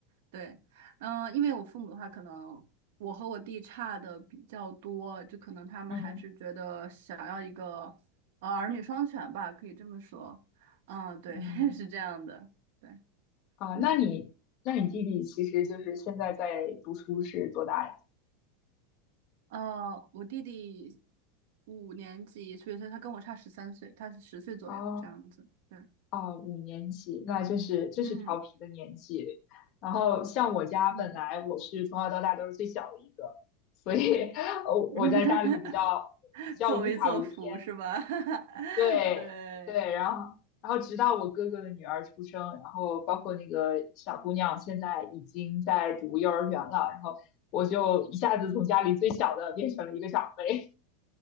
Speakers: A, on the right; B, on the left.
A: 对，嗯、因为我父母的话，可能我和我弟差的比较多，就可能他们还是觉得想要一个呃儿女双全吧，
B: 嗯。
A: 可以这么说，嗯、对，
B: 嗯，
A: <laughs> 是这样的，对，
B: 啊，
A: 嗯，
B: 那你那你弟弟其实就是现在在读书是多大呀？
A: 呃，我弟弟五年级，所以说他跟我差十三岁，他是十岁左右这样子，
B: 哦，
A: 对，
B: 哦，五年级，那真是真是调皮的年纪。
A: 嗯
B: 然后像我家本来我是从小到大都是最小的一个，
A: 嗯，
B: 所以 <laughs> 我我在家里比较比较无法无天。
A: <laughs> <laughs> 作威作福是吧？<laughs>
B: 对对，
A: 对，
B: 然后然后直到我哥哥的女儿出生，然后包括那个小姑娘现在已经在读幼儿园了，然后我就一下子从家里最小的变成了一个长辈。